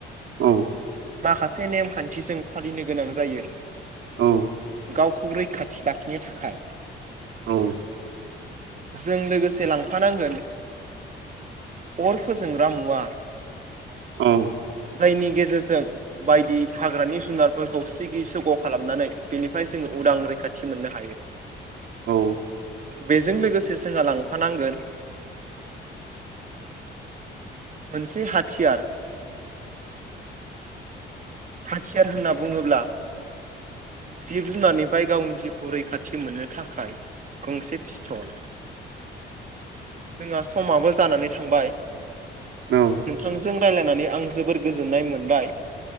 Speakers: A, on the right; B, on the right.
A: औ
B: माखासे नेमखान्थिजों फालिनो गोनां जायो।
A: औ
B: गावखौ रैखाथि लाखिनो थाखाय।
A: औ।
B: जों लोगोसे लांफानांगोन अर फोजोंग्रा मुवा।
A: औ।
B: जायनि गेजेरजों बायदि हाग्रानि जुनारफोरखौ सिगि सग' खालामनानै बेनिफ्राय जोङो उदां रैखाथि मोननो हायो।
A: औ
B: बेजों लोगोसे जोंहा लांफानांगोन मोनसे हाथियार। हाथियार होनना बुङोब्ला जिब जुनारनिफ्राय गावनि जिउखौ रैखाथि मोननो थाखाय गंसे पिस्थल जोंहा समाबो जानानै थांबाय।
A: औ
B: नोंथांजों रायलायनानै आं जोबोर गोजोननाय मोनबाय